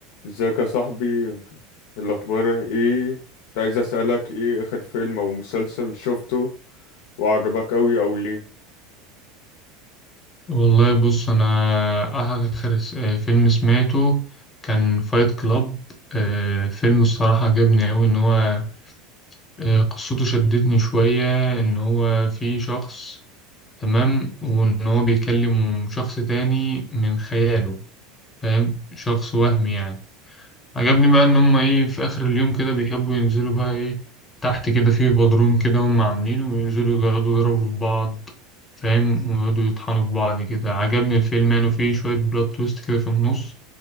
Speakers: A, on the left; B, on the left.
A: ازيك يا صاحبي الاخبار ايه كنت عايز اسالك ايه اخر فيلم او مسلسل شفته وعجبك اوي او ليه
B: والله بص انا اخر س- آه، فيلم سمعته كان فايت كلاب آه، فيلم الصراحة عجبني أوي ان هو آه، قصته شدتني شوية ان هو في شخص تمام وان هو بيكلم شخص تاني من خياله فاهم شخص وهمي يعني عجبني بقى ان هم ايه في اخر اليوم كده بيحبوا ينزلوا بقى ايه تحت كده في بدروم كده هم عاملينه وينزلوا يقعدوا يضربوا في بعض فاهم ويقعدوا يطحنوا في بعض كده عجبني الفيلم يعني وفيه شوية بلوت تويست كده في النص